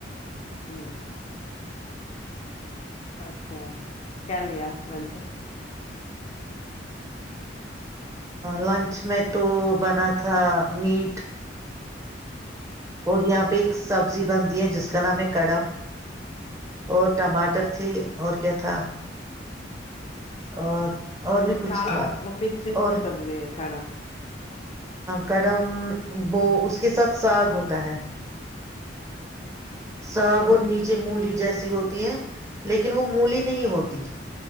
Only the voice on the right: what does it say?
لنچ میں تو بنا تھا میٹ اور یہاں پہ ایک سبزی بنتی ہے جس اس کا نام ہے کڑم اور ٹماٹر تھی اور کیا تھا اور اور بھی کچھ
تھا
اور
کڑم وہ اس کے ساتھ ساگ ہوتا ہے ساگ اور نیچے مولی جیسی ہوتی ہیں لیکن وہ مولی نہیں ہوتی دیی